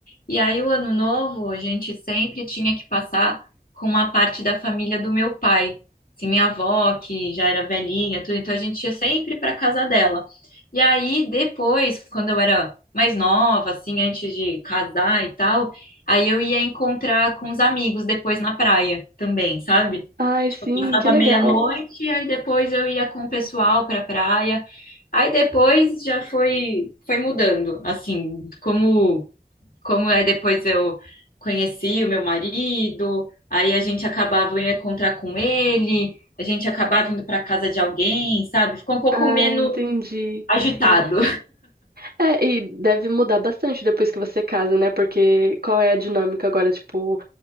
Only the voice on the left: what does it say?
E aí o ano novo a gente sempre tinha que passar com uma parte da família do meu pai. Assim, minha avó, que já era velhinha, tudo, então a gente ia sempre para casa dela. E aí depois, quando eu era mais nova, assim, antes de casar e tal, Aí eu ia encontrar com os amigos depois na praia também, sabe?
Tipo,
eu passava
meia-noite, aí depois eu ia com o pessoal pra praia. Aí depois já foi foi mudando, assim, como como aí depois eu conheci o meu marido, aí a gente acabava eu ia encontrar com ele, a gente acabava indo pra casa de alguém, sabe? Ficou um pouco
menos
agitado.